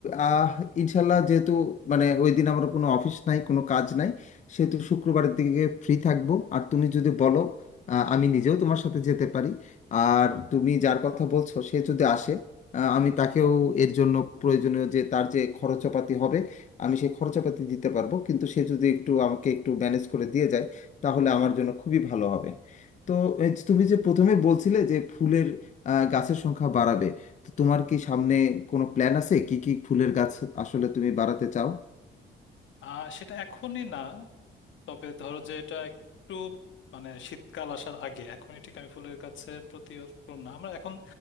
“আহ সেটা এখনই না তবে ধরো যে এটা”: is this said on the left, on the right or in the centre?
Left